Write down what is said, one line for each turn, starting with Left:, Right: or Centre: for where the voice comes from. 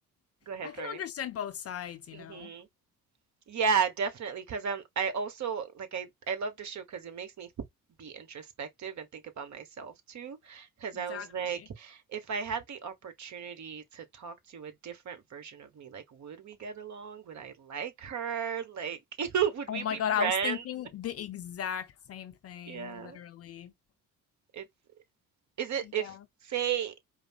Right: go ahead,
Left: I can
Right: sorry.
Left: understand both sides, you
Right: hmm
Left: know?
Right: Yeah, definitely. Because I'm, I also like I, I love the show because it makes me be introspective and think about myself too. Because
Left: Exactly.
Right: I was like, if I had the opportunity to talk to a different version of me, like, would we get along? Would I like her? Like, <laughs> would
Left: Oh
Right: we
Left: my
Right: be
Left: God, I
Right: friends?
Left: was thinking the exact same thing,
Right: Yeah.
Left: literally.
Right: It's is it
Left: Yeah.
Right: if say